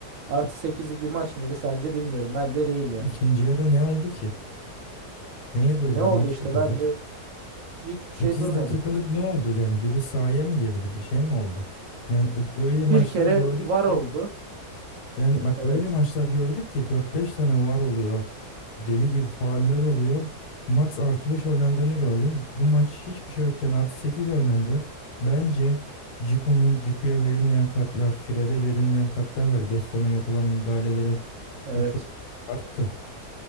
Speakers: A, on the right (about 70°); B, on the left (about 80°).
A: artı sekizlik bir maç mıydı sence bilmiyorum. Bence değildi yani.
B: İkinci yarı ne oldu ki? Neye durdu
A: Ne oldu
B: maç
A: işte
B: bu kadar?
A: ben de hiçbir
B: sekiz
A: şey durmadı.
B: dakikalık ne oldu yani? Biri sahaya mı girdi? Bir şey mi oldu? Yani ö- öyle
A: Bir
B: maçlar
A: kere
B: gördük
A: var
B: ki
A: oldu.
B: Yani bak
A: Evet.
B: öyle maçlar gördük ki dört beş tane var oluyor. Deli gibi fauller oluyor. Max artı 5 oynandığını gördüm. Bu maç hiçbir şey yokken artı 8 oynandı. Bence Cicu'nun Cicu'ya verilmeyen kartlar, Fred'e verilmeyen kartlar var. Gesson'a yapılan müdahalelerin
A: Evet.
B: birçoğu arttı.